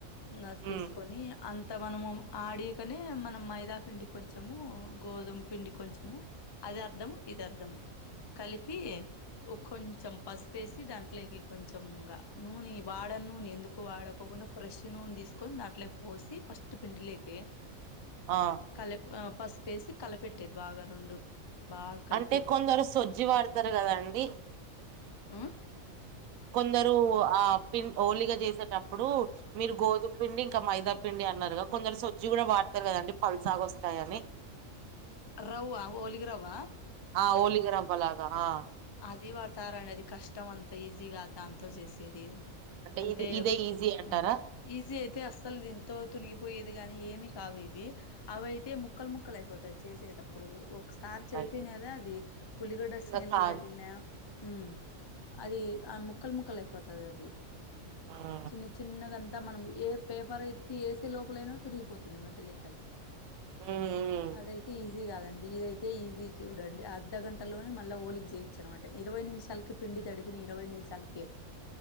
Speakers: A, on the left; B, on the right.
A: ఇ అది
B: ఉమ్
A: తీసుకొని అంత మనము ఆడికనే మనం మైదా పండి కొంచము గోధుమ పిండి కొంచము అది అర్ధము ఇది అర్ధము కలిపి కొంచెం పసుపు ఏసి దాంట్లోకి కొంచె ఇంగ నూనె వాడ నూనె ఎందుకు ఎక్కు వాడకోకుండా ఫ్రెష్ నూనె తీసుకొని దాంట్లో పోసి ఫస్ట్ పిండిలోకి
B: ఆ
A: కల ఆ పసిపేసి కలపెట్టేది బాగా రెండు బాగా కలిపేది
B: అంటే కొందరు సొజ్జి వాడతారు కద అండి
A: ఉ
B: కొందరు ఆ పిన్ హోలిగా చేసేటప్పుడు మీరు గోధు పిండి ఇంకా మైదా పిండి అన్నారుగా కొంచ సొజి కూడా వాడతారు కదండి పల్ సాగ వస్తాయని
A: ర్రవ్వ ఓలికి రవ్వ
B: ఆ ఓలిగ రవ్వలగా ఆ
A: అది పడతారండి అది కష్టం అంతా ఈజీగా దాంతో చేసేది
B: అంటే
A: అంతె
B: ఇది ఇదే ఈజీ అంటారా
A: ఉ ఈజీ అయితే అస్సలు దీంతో తునిగిపోయేది గాని ఏమి కావు ఇవి అవయితే ముక్కలు ముక్కలు అయిపోతాయి చేసేటప్పుడు ఒ సార్ చెడిపినద
B: అయ్,
A: అది ఉల్లిగడ్డ
B: ఇంకా
A: స్మెల్
B: కాదు
A: దగ్ లే ఉ అది ఆ ముక్కల్ ముక్కల్ అయి పోతది అది
B: ఆ
A: చిన్న చిన్నగాంతా మనం ఏ పేపర్ ఎత్తి వేసే లోపలైనా తునిగిపోతుంది మధ్యలోకది
B: ఉమ్ ఉమ్
A: అదైతే ఈజీ కాదండి ఇదైత్ తె ఈజీ చూడండి అర్ధ గంటలోనే మళ్ళ ఓలికి చేయి వచ్చనమాట ఇరవై నిమిషాలకి పిండి దడిపిన ఇరవై నిమిషాలకి